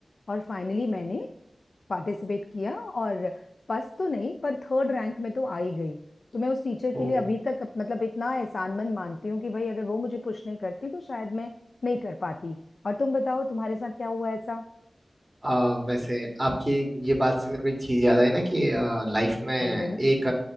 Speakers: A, on the left; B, on the right.
A: और फाइनली मैंने पार्टिसिपेट किया और फर्स्ट तो नहीं पर थर्ड रैंक में तो आ ही गई तो मैं उस टीचर के
B: ओ
A: लिए अभी तक मतलब इतना एहसानमंद मानती हूँ कि भाई अगर वो मुझे पुश नहीं करती तो शायद मैं नहीं कर पाती और तुम बताओ तुम्हारे साथ क्या हुआ ऐसा
B: अ, वैसे आपकी ये बात से मेरे को एक चीज़ याद आई ना कि लाइफ में एक
A: बोलो बोलो